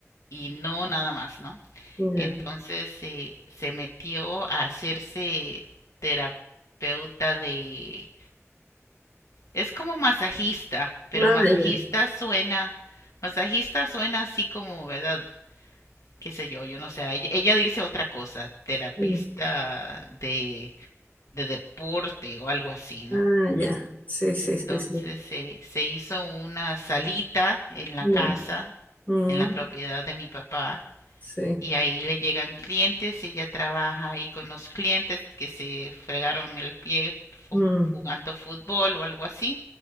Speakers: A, on the left; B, on the left.
A: y no nada más, ¿no?
B: ya.
A: Entonces eh, se metió a hacerse terapeuta de... Es como masajista, pero
B: Ah,
A: masajista
B: ya.
A: suena, masajista suena así como, ¿verdad? qué sé yo, yo no sé, ella, ella dice otra cosa, terapista
B: mm,
A: de, de deporte o algo así, ¿no?
B: Ah, ya. Sí, sí,
A: Entonces
B: sí, sí.
A: eh, se hizo una salita en la
B: Ya.
A: casa,
B: mm,
A: en la propiedad de mi papá,
B: sí.
A: y ahí le llegan clientes, ella trabaja ahí con los clientes que se fregaron el pie
B: mm.
A: jugando fútbol o algo así,